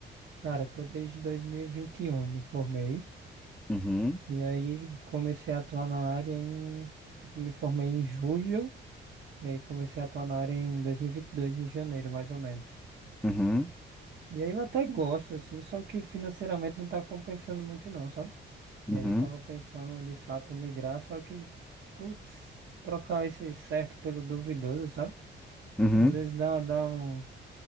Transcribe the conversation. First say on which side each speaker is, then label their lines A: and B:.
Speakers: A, on the right (about 65°); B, in the centre.
A: cara, tô desde dois mil e e vinte e um me formei
B: Uhum,
A: e aí comecei a atuar na área em, tipo, me formei em julho. E aí comecei a atuar na área em dois mil e e vinte e dois em janeiro, mais ou menos.
B: uhum,
A: E aí eu até gosto, assim, só que financeiramente não tá compensando muito não, sabe?
B: uhum,
A: E aí eu tava pensando em, de fato migrar, só que, putz, trocar esse certo pelo duvidoso, sabe?
B: uhum,
A: Às vezes dá, dá um,